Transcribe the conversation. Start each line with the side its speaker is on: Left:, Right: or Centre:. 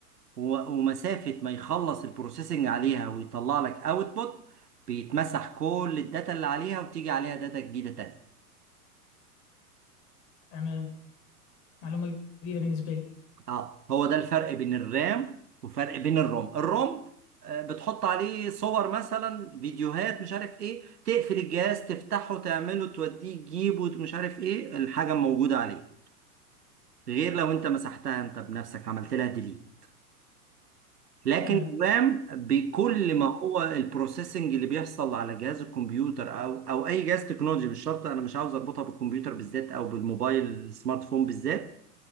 Right: و- ومسافه ما يخلص البروسيسنج عليها ويطلع لك اوتبوت بيتمسح كل الداتا اللي عليها وتيجي عليها داتا جديده تانية
Left: تمام معلومة جديدة بالنسبة لي
Right: اه هو ده الفرق بين الرام وفرق بين الروم الروم آه، بتحط عليه صور مثلا فيديوهات مش عارف ايه تقفل الجهاز تفتحه تعمله توديه تجيبه مش عارف ايه الحاجة موجودة عليه غير لو انت مسحتها انت بنفسك عملت لها ديليت لكن
Left: تمام
Right: الرام بكل ما هو البروسيسنج اللي بيحصل على جهاز الكمبيوتر او او اي جهاز تكنولوجي مش شرط انا مش عاوز اربطها بالكمبيوتر بالذات او بالموبايل السمارت فون بالذات